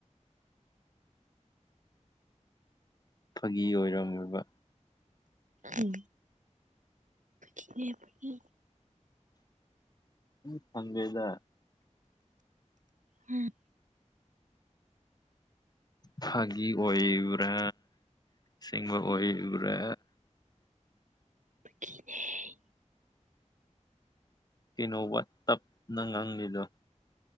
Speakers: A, on the left; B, on the right.
A: ꯐꯥꯒꯤ ꯑꯣꯏꯔꯝꯃꯤꯕ
B: ꯎꯝ ꯐꯒꯤꯅꯦ ꯐꯒꯤ
A: ꯎ ꯈꯩꯗꯦꯗ
B: ꯎꯝ
A: ꯐꯥꯒꯤ ꯑꯣꯏꯕ꯭ꯔꯥ ꯁꯤꯡꯕ
B: ꯍꯣꯏ
A: ꯑꯣꯏꯕ꯭ꯔꯥ
B: ꯐꯒꯤꯅꯦ
A: ꯀꯩꯅꯣꯕ ꯋ ꯇꯞꯅ ꯉꯥꯡꯂꯤꯗꯣ